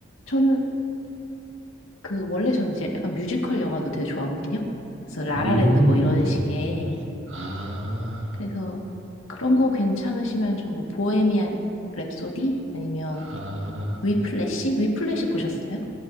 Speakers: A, on the left (about 85°); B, on the right (about 70°).
A: 저는 그 원래 저는 이제 약간 뮤지컬 영화도 되게 좋아하거든요. 그래서 라라랜드
B: 음,
A: 뭐 이런
B: 네.
A: 식의.
B: 아,
A: 그래서 그런 거 괜찮으시면 좀 뭐 보헤미안 랩소디 아니면
B: 아,
A: 위플래시? 위플래시 보셨어요?